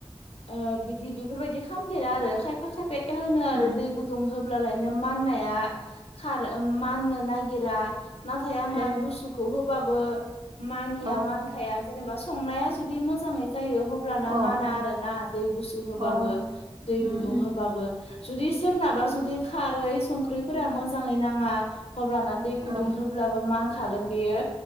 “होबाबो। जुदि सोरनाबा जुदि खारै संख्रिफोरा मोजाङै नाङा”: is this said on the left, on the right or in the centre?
Left